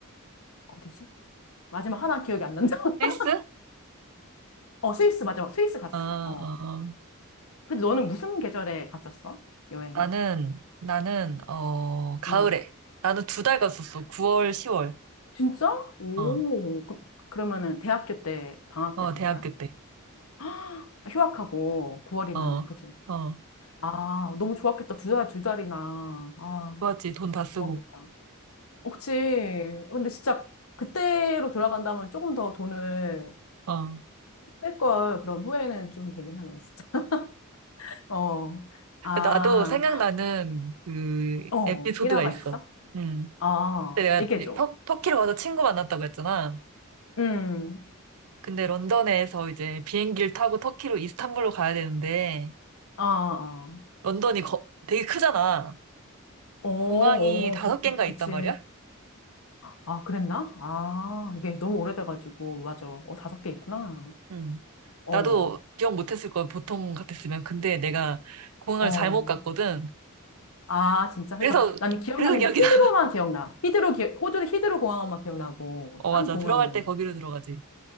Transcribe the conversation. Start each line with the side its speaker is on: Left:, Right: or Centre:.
Left: 어디지? 마지막 하나 기억이 안 난다. <laughs>
Right: 필수?
Left: 어, 스위스, 맞아. 스위스 갔었어.
Right: 어, 어,
Left: 어.
Right: 어.
Left: 근데 너는 무슨 계절에 갔었어? 여행은?
Right: 나는, 나는, 어, 가을에.
Left: 음.
Right: 나는 두 달 갔었어. 9월, 10월.
Left: 진짜? 오,
Right: 어,
Left: 그, 그러면은 대학교 때, 방학
Right: 어,
Left: 때 간
Right: 대학교
Left: 거야?
Right: 때.
Left: <gasps> 아, 휴학하고 9월이면은,
Right: 어,
Left: 그치?
Right: 어.
Left: 아, 너무 좋았겠다. 두 달, 두 달이나. 아,
Right: 좋았지. 돈
Left: 진짜
Right: 다 쓰고.
Left: 좋았겠다. 어, 그치. 근데 진짜 그때로 돌아간다면 조금 더 돈을
Right: 어.
Left: 뺄 걸 그런 후회는 좀 되긴 하네, 진짜. 어, 아,
Right: 나도 생각나는 그
Left: 어,
Right: 에피소드가
Left: 일화가
Right: 있어.
Left: 있어?
Right: 음.
Left: 아,
Right: 그때
Left: 얘기해줘.
Right: 내가 터, 터키로 가서 친구 만났다고 했잖아.
Left: 음,
Right: 근데 런던에서 이제 비행기를 타고 터키로 이스탄불로 가야 되는데,
Left: 아, 아.
Right: 런던이 거- 되게 크잖아.
Left: 어, 어,
Right: 공항이 다섯
Left: 그렇구나.
Right: 개인가
Left: 그치.
Right: 있단 말이야?
Left: 아, 그랬나? 아, 이게 너무 오래돼가지고, 맞아. 어, 다섯 개 있구나.
Right: 응.
Left: 어,
Right: 나도 기억 못했을 거야, 보통 같았으면. 근데 내가 공항을
Left: 어.
Right: 잘못 갔거든.
Left: 아, 진짜. 그러니까
Right: 그래서,
Left: 나는 기억나는
Right: 그래서 기억이
Left: 게 히드로만
Right: 나. <laughs>
Left: 기억나. 히드로, 기, 호주 히드로 공항만 기억나고,
Right: 어,
Left: 딴
Right: 맞아.
Left: 공항은.
Right: 들어갈 때 거기로 들어가지.